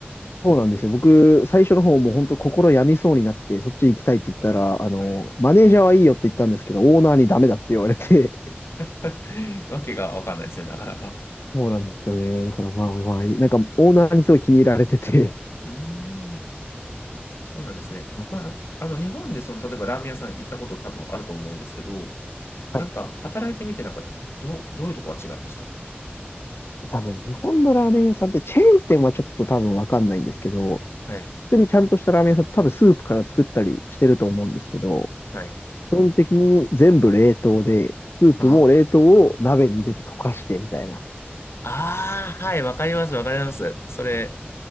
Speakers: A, on the left; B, on the left.
A: そうなんですよ。僕、最初の方も本当心病みそうになって、そっち行きたいって言ったら、あの、
B: はい。
A: マネージャーはいいよって言ったんですけど、オーナーにダメだって言われて、
B: <laughs> わけがわかんないですね、なかなか。
A: <laughs> そうなんですよね。だからまあまあ、なんかオーナーにすごい気に入られてて、
B: うーん、そうなんですね。
A: なんか、
B: まあ、あの、日本でその、例えばラーメン屋さん行ったこと多分あると思うんですけど、
A: はい。
B: なんか、働いてみて、なんか、どう、どういうとこが違いました
A: 多分日本のラーメン屋さんってチェーン店はちょっと多分わかんないんですけど、
B: はい。
A: 普通にちゃんとしたラーメン屋さん、多分スープから作ったりしてると思うんですけど、
B: はい。
A: 基本的に全部冷凍で、スープも冷凍を鍋に入れて溶かしてみたいな。
B: あああ、はい、わかります、わかります。それ、